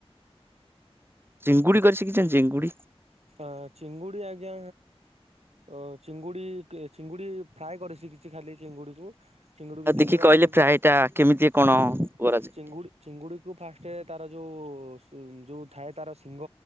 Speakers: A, on the right; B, on the right.
A: ଚିଙ୍ଗୁଡି କରି ଶିଖିଚନ୍ତି ଚିଙ୍ଗୁଡି?
B: ତ ଚିଙ୍ଗୁଡି ଆଜ୍ଞା ଅ ଚିଙ୍ଗୁଡି କିଏ ଚିଙ୍ଗୁଡି ଫ୍ରାଏ କରି ଶିଖିଛି ଖାଲି ଚିଙ୍ଗୁଡି କୁ? ଚିଙ୍ଗୁଡିକୁ
A: ଆଉ ଦେଖି
B: ତେଲରେ
A: କହିଲେ
B: ଭାଜିକି
A: ଫ୍ରାଏ ଟା କେମିତି କଣ
B: ଆଜ୍ଞା
A: କରାଯାଏ?
B: ଚିଙ୍ଗୁଡ଼ି ଚିଙ୍ଗୁଡିକୁୁ ଫାଷ୍ଟେ ତାର ଯୋଉ ସିମ୍ ଯୋଉ ଥାଏ ତାର ଶିଙ୍ଗ